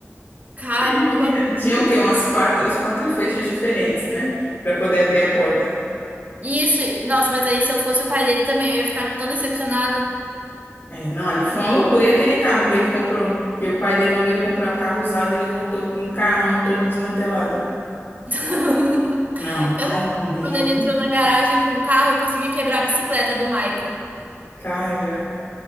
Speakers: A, on the right (about 35°); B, on the left (about 40°).
A: Caramba.
B: Ele Tinha, tinha o quê? Umas quatro, uns quatro fechos diferentes, né? Pra poder abrir a porta.
A: Isso, nossa, mas aí se eu fosse o pai dele também, eu ia ficar tão decepcionada.
B: É, não, ali foi uma loucura. E aquele carro que ele comprou? Que o pai dele mandou ele comprar um carro usado, ele voltou com um carrão todo desmantelado.
A: <laughs>
B: Não,
A: Eu,
B: ali,
A: quando ele entrou na garagem com o carro, eu consegui quebrar a bicicleta do Michael.
B: cara.